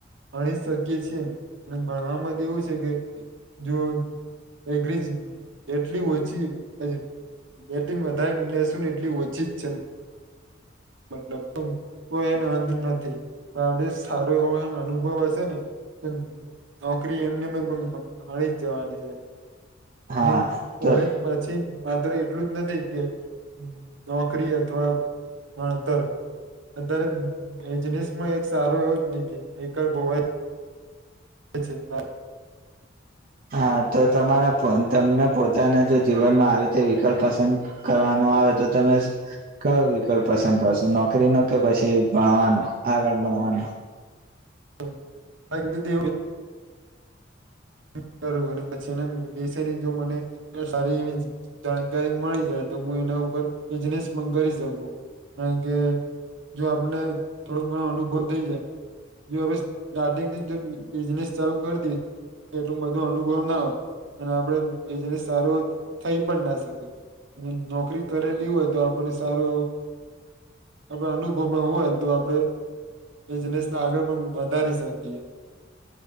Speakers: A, on the right; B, on the right.
A: ભણી શકીએ છીએને અને ભણ માટે એવું છે કે જો બેકરી જ જેટલી ઓછી <unintelligible> બેટિંગ વધારે નું લેશું ને એટલી ઓછી જ જન મતલબ નો કોઈ એનો અંત નથી. પણ આપડે સારો એવો અનુભવ હશે ને. તા નોકરી એમને મેં પણ મળી જ જવાની છે.
B: હા
A: અને કોલેજ
B: તો
A: પછી માત્ર એટલું જ નથી કે નોકરી અથવા ભણતર આધાર એજનીસમાં એક સારો એવ વિકલ્પ હોવા એ છે માં
B: હા તો તમારા તમને પોતાના જો જીવનમાં આવી રીતે વિકલ્પ પસંદ કરવાનો આવે તો તમે કયો વિકલ્પ પસંદ કરશો નોકરી નો કે પછી ભણવાનો આગળ ભણવાનું
A: તો <unintelligible> <inaudible> કરું અને પછી એના બેસેની જો મને સારી એવી જાણકારી મળી જાય તો હું એના બિઝનેસ પણ કરી શકું કારણ કે જો આપને થોડો ઘણો અનુભવ થઈ જાય જો આપડે સ્ટાર્ટિંગથી બિઝનેસ ચાલુ કરી દઈએ એટલું બધો અનુભવ ના હોય અને આપડે બિઝનેસ સારો થઈ પણ ના શકીએ અને નોકરી કરેલી હોય તો આપણને સારું એવો આપડે અનુભવમાં હોય તો આપડે બિઝનેસને આગળ પણ વધારી શકીએ.